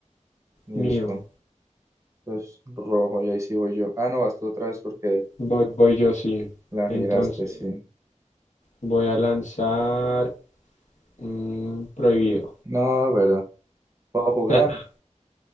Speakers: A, on the right (about 25°); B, on the left (about 75°).
A: Listo.
B: Mío.
A: Entonces, rojo, y ahí sí voy yo. Ah, no, vas tú otra vez porque
B: Voy, voy yo, sí.
A: la
B: Entonces
A: giraste, sí.
B: voy a lanzar mm, prohibido.
A: No, pero, ¿puedo jugar?
B: <laughs>